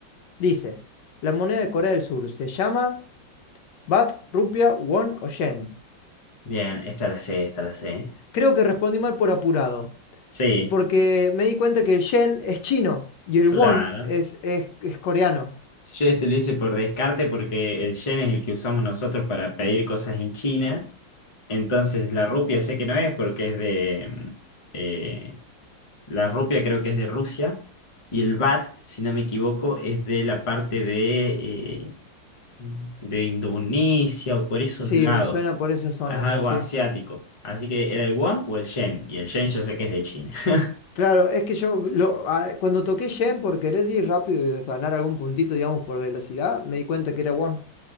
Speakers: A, on the left; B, on the left.
A: Dice, la moneda de Corea del Sur se llama Bat, Rupia, Won o Yen.
B: Bien, esta la sé, esta la sé.
A: Creo que respondí mal por apurado,
B: Sí,
A: porque me di cuenta que el yen es chino y
B: claro.
A: el won es, es, es coreano.
B: Yo este lo hice por descarte porque el yen es el que usamos nosotros para pedir cosas en China. Entonces la rupia sé que no es porque es de, mm, eh, La rupia creo que es de Rusia y el bat, si no me equivoco, es de la parte de, eh, de Indonesia o por esos
A: Sí,
B: lados.
A: me suena por esa zona
B: Es
A: a
B: algo
A: mí, sí.
B: asiático. Así que era el won o el yen. Y el yen yo sé que es de China. <laughs>
A: Claro, es que yo lo- a- cuando toqué yen por querer ir rápido y ganar algún puntito, digamos, por velocidad, me di cuenta que era won,